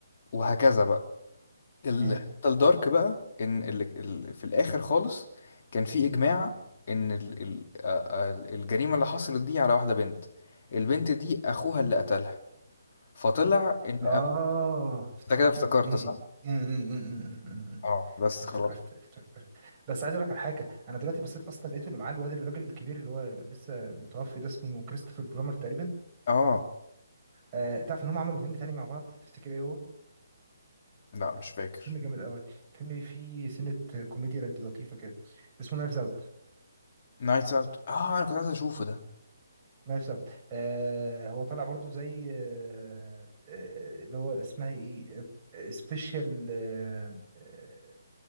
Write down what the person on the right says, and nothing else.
مم.
اه
افتكرت
مم.
مم. مم. مم. مم. مم. مم.
افتكرت
افتكرت بس عايز اقول لك على حاجه انا دلوقتي بصيت اصلا لقيته اللي معاه الواد الراجل الكبير اللي هو لسه متوفي ده اسمه كريستوفر بلومر تقريبا
آه تعرف ان هم عملوا فيلم تاني مع بعض تفتكر ايه هو
فيلم جامد قوي فيلم فيه سنه كوميديا لطيفه كده اسمه نايفز اوت
نايف سافت آه هو طلع برضو زي آه آه، اللي هو اسمها ايه سبيشال آه، آه،